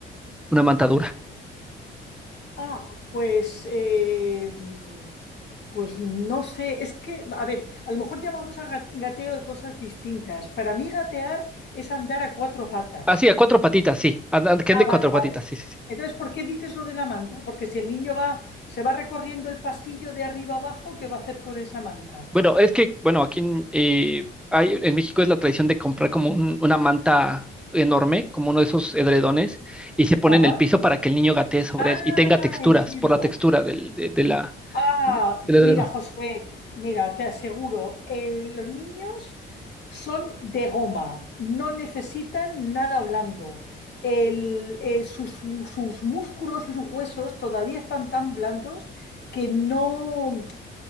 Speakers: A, in the centre; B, on the left (about 60°).
A: Una manta dura.
B: Ah, pues... eh, mm, Pues no sé, es que, a ver, a lo mejor llamamos a gat- gateo de cosas distintas. Para mí gatear es andar a cuatro patas.
A: Ah, sí, a cuatro patitas, sí. Anda- Que
B: Ah,
A: ande
B: vale,
A: cuatro
B: vale.
A: patitas, sí, sí, sí.
B: Entonces, ¿por qué dices lo de la manta? Porque si el niño va, se va recorriendo el pasillo de arriba abajo, ¿qué va a hacer con esa manta?
A: Bueno, es que, bueno, aquí en, eh, hay- en México es la tradición de comprar como un- una manta enorme, como uno de esos edredones, y se pone
B: Ajá.
A: en el piso para que el niño gatee sobre
B: Ah,
A: él y tenga texturas,
B: entiendo.
A: por la textura del, de, de la,
B: Ah,
A: de- del
B: mira,
A: edredón.
B: Josué, mira, te aseguro, eh, los niños son de goma, no necesitan nada blando. El- eh, sus, sus músculos y sus huesos todavía están tan blandos que no.